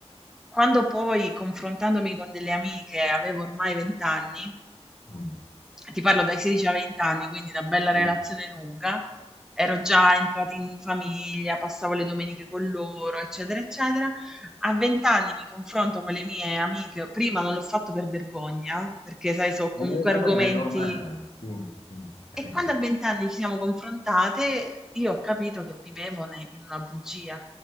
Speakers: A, in the centre; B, on the left (about 55°).
A: quando poi confrontandomi con delle amiche, avevo ormai 20 anni,
B: Mm,
A: ti parlo dai 16 ai 20 anni, quindi una bella relazione
B: sì.
A: lunga, ero già entrata in famiglia, passavo le domeniche con loro, eccetera, eccetera. A 20 anni mi confronto con le mie amiche, prima non l'ho fatto per vergogna, perché sai, so comunque
B: Eh, vabbè,
A: argomenti
B: ma è normale. Sì, sì. <laughs> Eh,
A: e quando a 20 anni ci siamo confrontate, io ho capito che vivevo ne- in una bugia,